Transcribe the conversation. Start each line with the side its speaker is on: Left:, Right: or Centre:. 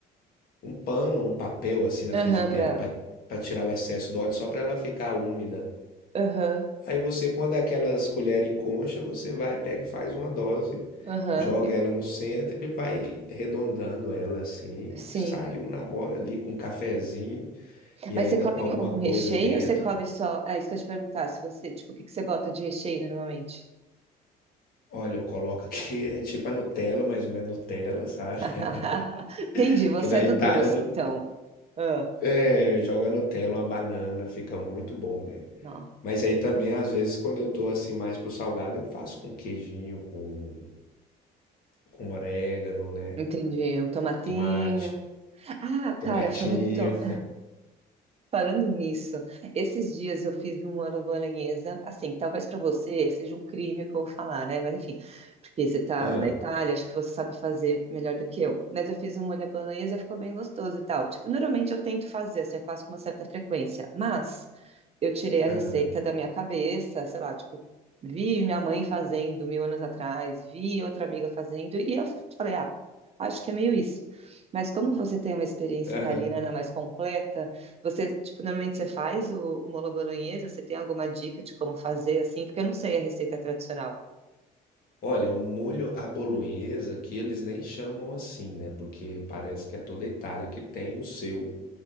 Left: um pano, um papel assim na frigideira
Right: Aham, pra.
Left: para tirar o excesso do óleo só para ela ficar úmida.
Right: Aham,
Left: Aí você, quando aquelas colheres em concha, você vai, pega e faz uma dose,
Right: aham.
Left: joga ela no centro e vai arredondando ela assim.
Right: Sim.
Left: Saiu na hora ali com um cafezinho e
Right: Mas
Left: ainda
Right: você come
Left: com alguma
Right: com algum
Left: coisa
Right: recheio
Left: dentro.
Right: ou você come só? É isso que eu te perguntar, se você, tipo, o que que você bota de recheio normalmente?
Left: Olha, eu coloco aqui, <laughs> é tipo a Nutella, mas não é Nutella, sabe?
Right: <laughs>
Left: <laughs>
Right: Entendi, você
Left: Que da
Right: é do
Left: Itália,
Right: doce,
Left: nu-
Right: então. Ah,
Left: é, eu jogo a Nutella, uma banana, fica muito bom, né?
Right: ó,
Left: Mas aí também, às vezes, quando eu tô assim mais pro salgado, eu faço com queijinho, com, com orégano, né?
Right: entendi. Um tomatinho.
Left: Tomate,
Right: Ah, cara,
Left: tomatinho.
Right: falando então Falando nisso, esses dias eu fiz uma bolonhesa, assim, talvez para você seja um crime o que eu vou falar, né? Mas enfim, porque você tá
Left: Ah,
Right: na Itália, acho que você sabe fazer melhor do que eu. Mas eu fiz um molho à bolonhesa e ficou bem gostoso e tal. Tipo, normalmente eu tento fazer, assim, eu faço com uma certa frequência, mas eu tirei a
Left: aham,
Right: receita da minha cabeça, sei lá, tipo, vi minha mãe fazendo mil anos atrás, vi outra amiga fazendo, e eu falei, ah, acho que é meio isso. Mas como você tem uma experiência
Left: aham.
Right: italiana mais completa, você, tipo, normalmente você faz o, o molho bolonhesa? Você tem alguma dica de como fazer assim? Porque eu não sei a receita tradicional.
Left: Olha, o molho à bolonhesa que eles nem chamam assim, né? Porque parece que é toda a Itália que tem o seu,